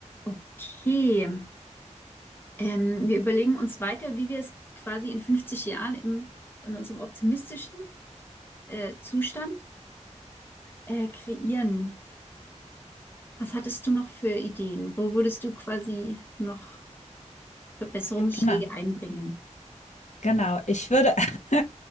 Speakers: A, on the left; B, on the left.
A: Okay. Ähm, wir überlegen uns weiter, wie wir es quasi in 50 Jahren im, in unserem optimistischen äh, Zustand äh, kreieren. Was hattest du noch für Ideen? Wo würdest du quasi noch Verbesserungsschläge
B: Genau,
A: einbringen?
B: genau. Ich würde <laughs>